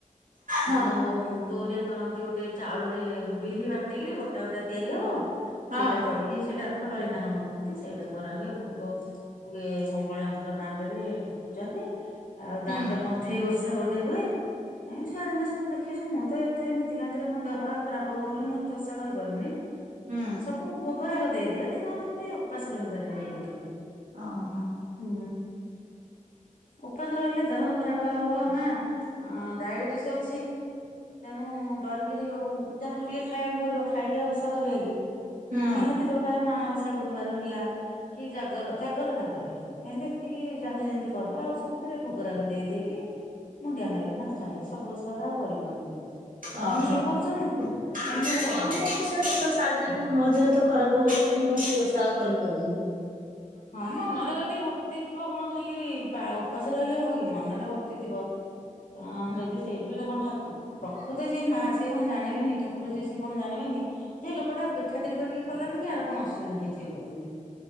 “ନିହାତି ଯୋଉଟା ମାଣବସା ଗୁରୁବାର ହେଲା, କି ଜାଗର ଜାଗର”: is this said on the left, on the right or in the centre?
Left